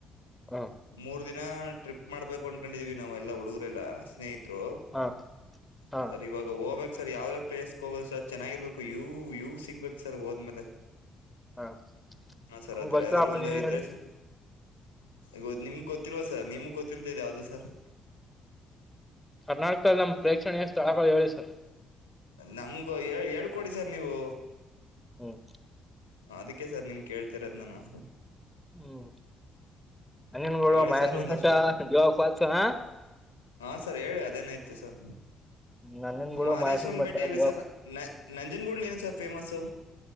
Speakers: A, in the centre; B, on the left (about 90°).
A: ಹ
B: ಮೂರು ದಿನ್ ಹ ಹಾ ಟ್ರಿಪ್ ಮಾಡ್ಬೇಕು ಅನ್ಕೊಂಡಿದೀವಿ ನಾವು ಎಲ್ಲ ಹುಡುಗರೆ ಎಲ್ಲ ಸ್ನೇಹಿ ತ್ರು <unintelligible>
A: ಹಾ ಹಾ
B: ಸರಿ ಇವಾಗ ಹೋಬೆಕ್ ಸರ್ ಯಾವ್ಯಾವ ಪ್ಲೇಸ್ಗೆ ಹೋಗೋದು ಸರ್ ಚೆನ್ನಾಗಿರ್ಬೇಕು ಯೂ ಯೂ ಸಿಗ್ಬೇಕು ಸರ್ ಹೋದ್ಮೇಲೆ
A: ಹಾ
B: ಹಾ ಸರ್
A: ನಮ್ಗ್
B: ಆತರ
A: ಗೊತ್ತಿಲ್ಲಪ್ಪ
B: ಯಾವ್ದಾರ ಒಂದು
A: ನೀವೆ
B: ಇದ್ರೆ
A: ಹೇಳಿ
B: <unintelligible> ಗ <unintelligible> ನಿಮ್ಗೆ ಗೊತ್ತಿಲ್ವಾ ಸರ್ ನಿಮ್ ಗೊತ್ತಿಲ್ತೇದೆ ಯಾವ್ದ ಸರ್
A: ಕರ್ನಾಟಕ್ದಲ್ಲಿ ನಮ್ ಪ್ರೇಕ್ಷಣೆ ಸ್ಥಳಗಲ್ ಹೇಳಿ ಹ್ಮ
B: ನಮ್ಗು ಹೇ ಹೇಳ್ಕೊಡಿ ಸರ್ ನೀವು
A: ಹ್ಮ್
B: ಅದಕ್ಕೆ ಸರ್ ನಿಮ್ ಕೇಳ್ತಿರೋದ ನಾನು
A: ಹ್ಮ್ ನಂಜನಗೂಡು
B: ಹೇಳಿ
A: ಮಹೇಶ್ವರನ್
B: ಸರ್ ಒಂದಷ್ಟು
A: <unintelligible> ಬೆಟ್ಟ ಜೋಗ್ ಪಾಲ್ಸ್ ಹಾ
B: ಹಾಂ ಸರ್ ಹೇಳಿ ಅದೇನಾಯ್ತು ಸರ್
A: ನಂಜನಗೂಡು
B: ಮಾದೇಶ್ವರನ್
A: ಮಾಯಸನ ಬೆಟ್ಟ
B: ಬೆಟ್ಟೆ ಎಲ್ಲಿ
A: ಜೋಗ
B: ಸರ್ ನ ನಂಜನ್ಗೂಡ್ಲಿ <unintelligible> ಹೇಳಿ ಸರ್ ಫೇಮಸು